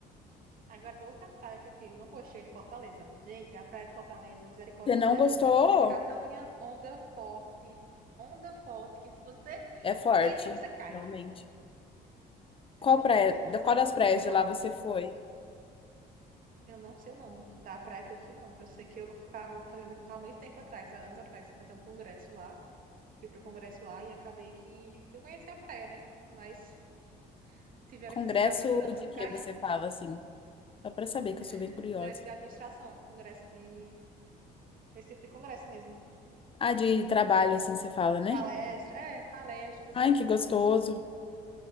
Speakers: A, on the right; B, on the left.
A: Agora, outra praia que eu fico, eu não gostei é de Fortaleza. Gente, a praia de Fortaleza, misericórdia,
B: Você não
A: te derruba,
B: gostou?
A: viu? É cada unha- onda forte, onda forte, que se você
B: É forte,
A: entra, você cai.
B: realmente. Qual
A: Não,
B: praia,
A: não tem condições
B: da- qual das
A: de tomar
B: praias
A: banho
B: de
A: lá.
B: lá você foi?
A: Eu não sei o nome da praia que eu fui, não. Eu sei que eu estava fazendo há muito tempo atrás, há anos atrás, fazer um congresso lá. Fui para o congresso lá e acabei que fui conhecer a praia, né? Mas tiveram
B: Congresso
A: que me ficar segurando para
B: de
A: não
B: que
A: cair.
B: você fala, assim? Só pra saber que eu sou
A: <laughs>
B: bem curiosa.
A: Congresso de administração, congresso de. Esse tipo de congresso mesmo.
B: Ah, de trabalho, assim, você fala,
A: De
B: né?
A: palestra, é, palestra, essas
B: Ai,
A: coisas.
B: que gostoso.
A: Isso.